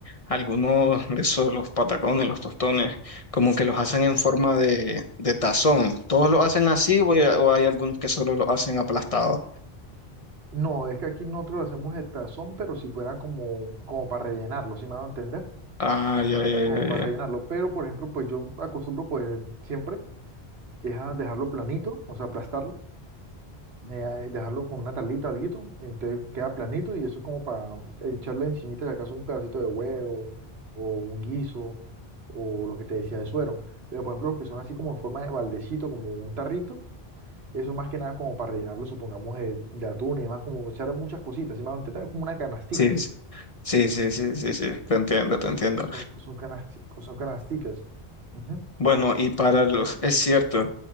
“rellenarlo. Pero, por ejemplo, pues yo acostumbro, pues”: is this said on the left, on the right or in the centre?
Right